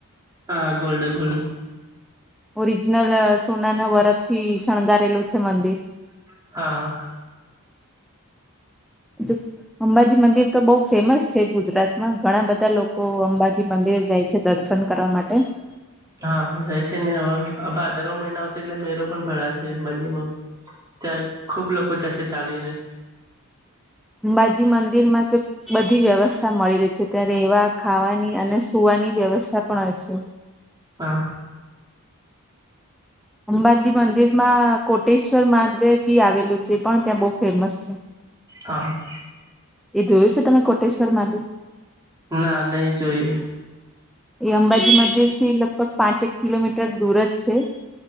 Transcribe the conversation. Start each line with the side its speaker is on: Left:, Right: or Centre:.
Right: હા, ગોલ્ડ ગોલ્ડ.
Centre: ઓરિજિનલ સોનાના વરકથી શણગારેલું છે મંદિર.
Right: હા.
Centre: જોવ. અંબાજી મંદિરતો બહુ ફેમસ છે ગુજરાતમાં ઘણા બધા લોકો અંબાજી મંદિર જાય છે. છે દર્શન કરવા માટે.
Right: હા જાય છે, ને હવે ભાદરવો મહિના આવશે એટલે મેરો પણ ભરાશે બજારમાં. ત્યાં ખુબ લોકો જસે ચાલીને.
Centre: અંબાજી મંદિરમાં જો. બધી વ્યવસ્થા મળી રહી છે, ત્યાં રહેવા ખાવાની અને સુવાની વ્યવસ્થા પણ હોય છે.
Right: હા.
Centre: અંબાજી મંદિરમાં કોટેશ્વર મહાદેવજી આવેલું છે, પણ ત્યાં બહુ ફેમસ છે.
Right: હા.
Centre: એ જોયું છે, તમે કોટેશ્વર મહાદેવ.
Right: ના નહીં જોઇયું.
Centre: એ અંબાજી મંદિરથી લગભગ પાંચ એક કિલોમીટર દૂર જ છે.